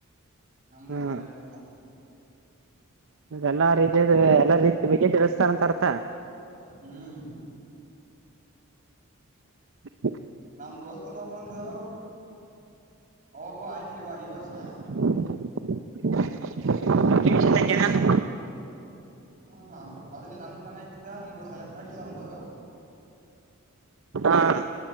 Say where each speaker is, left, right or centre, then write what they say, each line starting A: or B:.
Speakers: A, on the right; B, on the right.
A: ನಮ್ಗುನು
B: ಹ್ಮ್
A: ಎಲ್ಲಾ ಹೇಳಿ ಕೊಡ್ತಾರ.
B: ಎಲ್ಲಾ ರೀತಿದ ಎಲ್ಲಾ ರೀತಿ ಬಗ್ಗೆ ತಿಳಿಸ್ತಾರಂತ ಅರ್ಥ.
A: ಹ್ಮ್
B: ಹ
A: ನಮ್ ದೋಸ್ತಂದ ಒಬ್ಬವಂದು ಅವೊಬ್ಬವ ಹಾಕಿದಿವ ಈ ವರ್ಷ.
B: <unintelligible> ಎಕ್ಷಿತಾಕಿನೆನ್.
A: ಹಾಂ ಮೊದಲೆ ನನ್ ಗೂಡೆನ ಹಾಕಿದ್ದ ನನ್ ಕೂಡ ಸೆಲೆಕ್ಟ್ ಆಗಿಲ್ಲ ಅವುಂದು.
B: ಹಾಂ